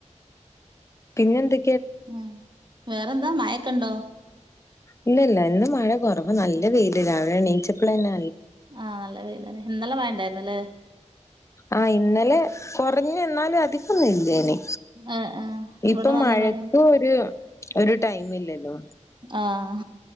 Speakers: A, on the left (about 25°); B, on the right (about 40°).
A: പിന്നെ എന്തൊ
B: ഹ് വേറെന്താ മഴക്കണ്ടോ
A: ഇല്ല ഇല്ല ഇന്ന് മഴ കൊറവ് നല്ല വെയില് രാവിലെ എണീച്ചപ്ലന്നെ
B: ആഹ് നല്ല വെയിലന്നെ ഇന്നലെ മഴ ണ്ടാർന്നില്ലേ
A: ആ ഇന്നലെ കോറഞ്ഞ ന്നാലും അധിക്കൊന്നുൽ ങ്ങനെ
B: ആഹ് ആഹ്
A: ഇപ്പൊ
B: ഇവിടെ നല്ല
A: മഴക്ക്
B: മഴ
A: ഒരു ഒരു ടൈം ഇല്ലല്ലോ
B: ആഹ്